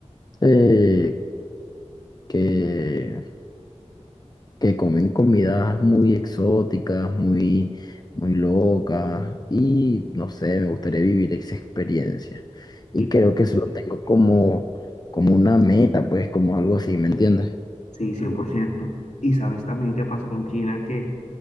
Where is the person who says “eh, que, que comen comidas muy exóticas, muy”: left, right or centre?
Left